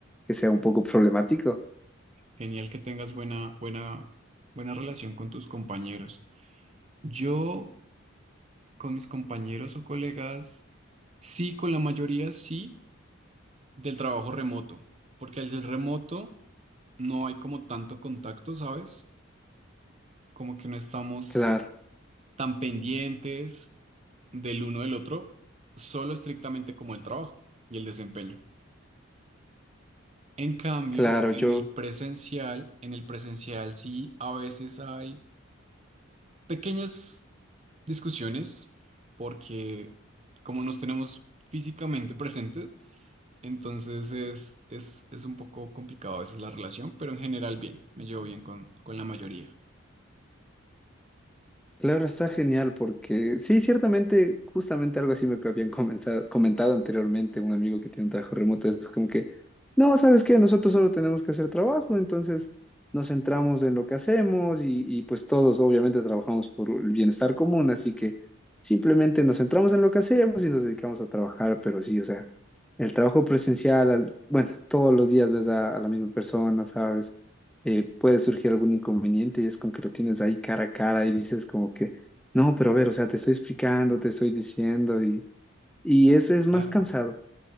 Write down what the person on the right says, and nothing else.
Genial que tengas buena, buena, buena relación con tus compañeros. Yo con mis compañeros o colegas, sí, con la mayoría sí, del trabajo remoto, porque al ser remoto no hay como tanto contacto, ¿sabes? Como que no estamos
tan pendientes del uno del otro, solo estrictamente como el trabajo y el desempeño. En cambio,
en
el presencial, en el presencial sí, a veces hay pequeñas discusiones porque como nos tenemos físicamente presentes, entonces es, es, es un poco complicado a veces la relación, pero en general bien, me llevo bien con, con la mayoría.
Claro,